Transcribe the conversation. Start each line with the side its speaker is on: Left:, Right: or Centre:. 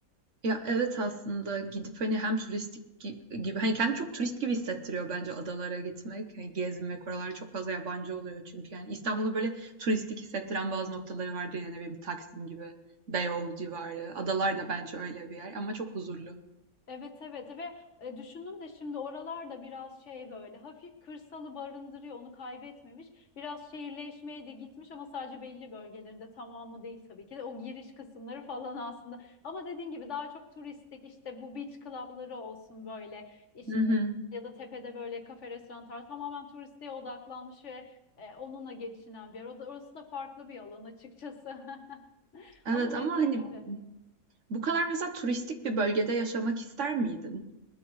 Right: Ya, evet aslında gidip, hani, hem turistik gi gibi, hani, kendini çok turist gibi hissettiriyor bence adalara gitmek, hani, gezmek. Oralarda çok fazla yabancı oluyor çünkü, yani. İstanbul'u böyle turistik hissettiren bazı noktaları vardır ya, ne bileyim, Taksim gibi, Beyoğlu civarı. Adalar
Left: Hı hı.
Right: da bence öyle bir yer ama çok huzurlu.
Left: Evet evet ve e, düşündüm de şimdi oralarda biraz şey böyle hafif kırsalı barındırıyor onu kaybetmemiş. Biraz şehirleşmeye de gitmiş ama sadece belli bölgelerinde tamamı değil tabii ki de o giriş kısımları falan aslında. Ama dediğin gibi daha çok turistik işte bu beach club'ları olsun böyle işte
Right: Hı hı.
Left: ya da tepede böyle kafe restoranlar tamamen turistliğe odaklanmış ve e, onunla geçinen bir yer. O da, orası da farklı bir alan açıkçası. <laughs>
Right: Evet
Left: Ama
Right: ama,
Left: dediğin
Right: hani,
Left: gibi.
Right: bu kadar mesela turistik bir bölgede yaşamak ister miydin?